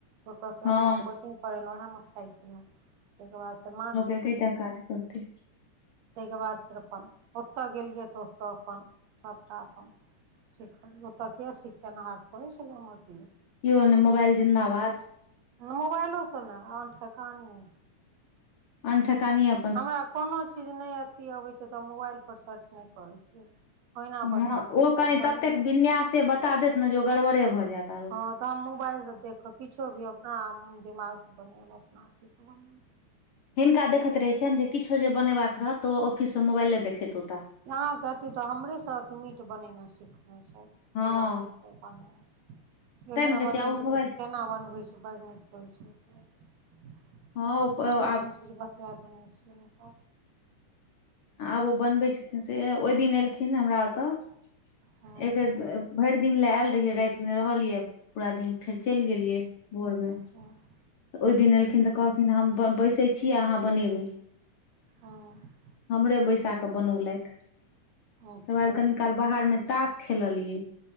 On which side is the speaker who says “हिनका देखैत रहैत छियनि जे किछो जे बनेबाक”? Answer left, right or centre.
Left